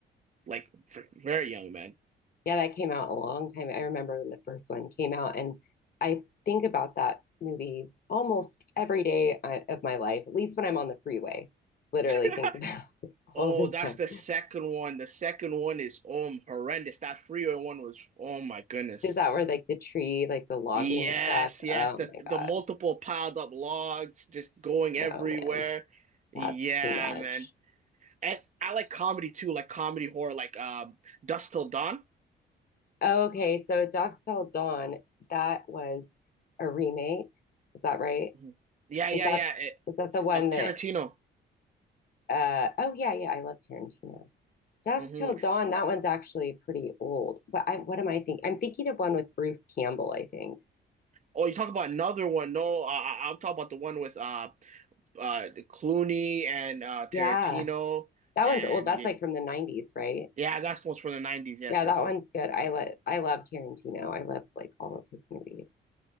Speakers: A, on the right; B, on the left.
A: like very young, man.
B: yeah that came out a long time i remember when the first one came out and i think about that movie almost every day uh, of my life at least when i'm on the freeway literally
A: <laughs>
B: think <laughs> about it
A: Oh,
B: all the
A: that's
B: time
A: the second one. The second one is um horrendous. That freeway one was oh my goodness.
B: is that where like the tree like the logging
A: Yes,
B: truck
A: yes.
B: oh
A: The
B: my
A: the
B: god
A: multiple piled up logs just going everywhere.
B: no man
A: Yeah,
B: that's too much
A: man. And I like comedy too, like comedy horror, like um Dust Till Dawn.
B: Oh, Okay, so Dusk Till Dawn, that was a remake. Is that right?
A: Mhm. Yeah, yeah,
B: Is that
A: yeah. eh,
B: is that the one
A: of Tarantino.
B: that uh oh yeah, yeah, I love Tarantino. Dusk
A: hmm
B: Till Dawn, that one's actually pretty old. But I what am I thinking? I'm thinking of one with Bruce Campbell, I think.
A: Oh, you talk about another one? No, uh, I- I'll talk about the one with uh uh Clooney and uh Tarantino
B: Yeah. That
A: and
B: one's old. That's
A: yeah,
B: like from the 90s, right?
A: Yeah, that's what's from the 90s. Yes,
B: Yeah,
A: yes,
B: that one's
A: yes.
B: good. I love I love Tarantino. I love like all of his movies.